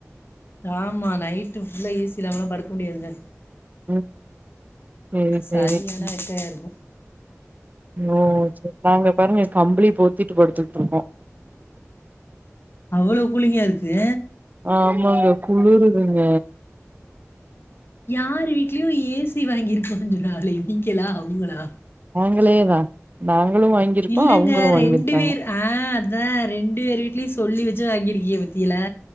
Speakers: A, on the left; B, on the right.
A: ஆமா நைட் புல்ல ஈஸில்லாம்ம படு முடியதுங்க
B: ம் சேரி
A: சரி
B: சேரி
A: ஏனா
B: ம்
A: வெக்கையா இருக்கும்
B: ஓ சேரி நாங்க பாருங்க கம்பளி போத்திட்டு படுத்துட்டு இருக்கோம்
A: அவ்வளோ குளிங்கா இருக்கு
B: ஆமாங்க குளிறுதுங்க
A: யார் வீட்லயும் ஏய்சி த்தி வாங்கியிருக்க சொன்னாலே நீங்கள எல்லாமே அங்களா
B: <unintelligible>
A: இல்லங்க
B: அவங்களு வாங்கியிருக்காங்க
A: ரெண்டு பேர் ஆஹ் அதான் ரெண்டு பேர் டீ சொல்லி வச்சு வாங்கிருக்கிய பத்தியிங்கலா